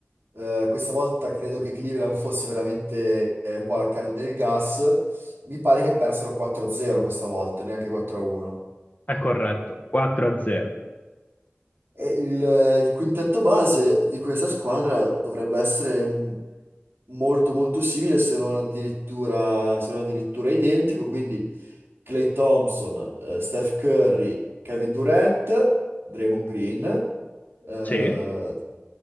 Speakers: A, on the right; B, on the left.
A: Eh, questa volta credo che Cleveland fosse veramente eh, un po' la canna del gas. Mi pare che persero 4-0 questa volta, neanche 4-1.
B: è corretto, 4 a 0.
A: E il, il quintetto base di questa squadra dovrebbe essere m- molto molto simile, se non addirittura, se non addirittura identico. Quindi Klay Thompson, eh, Steph Curry, Kevin Durant, Draymond Green. Eh,
B: Sì,